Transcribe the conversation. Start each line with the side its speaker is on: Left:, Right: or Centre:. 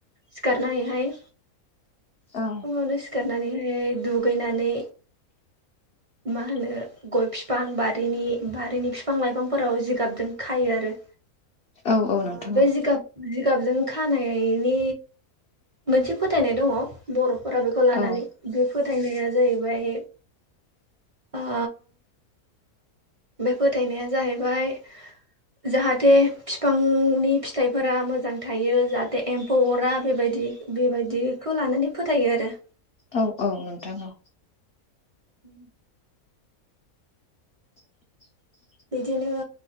Right: सिखारनानैहाय
Left: औ
Right: फुङावनो सिखारनानैहाय दुगैनानै मा होनो गय बिफां बारिनि बारिनि बिफां लाइफांफोराव जिगाबजों खायो आरो
Left: औ औ
Right: ओ
Left: नोंथां
Right: बे
Left: औ
Right: जिगाब जिगाबजों खानायनि मोनसे फोथायनाय दङ' बर' फोरा बेखौ लानानै
Left: औ
Right: बे फोथायनाया जाहैबाय ओ बे फोथायनाया जाहैबाय जाहाथे बिफांनि फिथाइफोरा मोजां थायो जाहाथे एम्फौ अरा बेबायदि बि बेबायदिखौ लानानै फोथायो आरो
Left: औ औ नोंथां औ
Right: उ
Left: <inaudible>
Right: बिदिनो